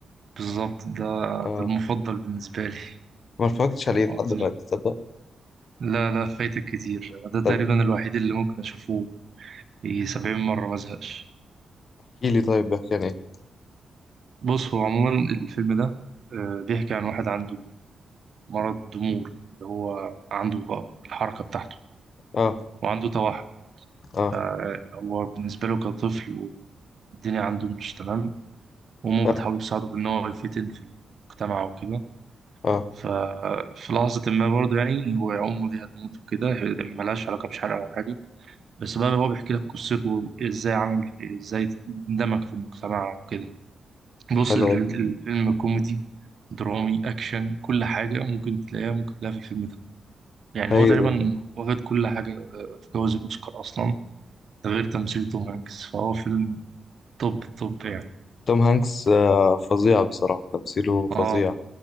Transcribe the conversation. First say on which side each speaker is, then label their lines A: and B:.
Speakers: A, on the right; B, on the left.
A: بالظبط ده
B: اه
A: ده المفضل بالنسبه لي
B: ما اتفرجتش عليه
A: عظيم
B: لحد دلوقتي تصدق
A: لا لا فايتك كتير ده
B: طب
A: تقريبا الوحيد اللي ممكن اشوفه في 70 مره ما ازهقش
B: احكي لي طيب بيحكي عن ايه
A: بص هو عموما الفيلم ده آه، بيحكي عن واحد عنده مرض ضمور اللي هو عنده غ- الحركه بتاعته
B: اه
A: وعنده توحد
B: اه
A: فهو بالنسبه له كطفل والدنيا عنده مش تمام وأمه
B: اه
A: بتحاول تساعده بإن هو يفتن في المجتمع وكده
B: اه
A: ففي لحظة ما برضه يعني هو أمه دي هتموت وكده هي دي ملهاش علاقة مش حرق أو حاجة بس بقى هو بيحكي لك قصته إزاي عمل إزاي اندمج في المجتمع وكده بص
B: حلو
A: الفيلم
B: والله
A: الفيلم كوميدي درامي أكشن كل حاجة ممكن تلاقيها ممكن تلاقيها في الفيلم ده يعني
B: هايل
A: هو تقريبا
B: والله.
A: واخد كل حاجة آه، في جوائز الأوسكار أصلا ده غير تمثيل توم هانكس فهو فيلم توب توب يعني
B: توم هانكس آه فظيع بصراحة تمثيله فظيع
A: اه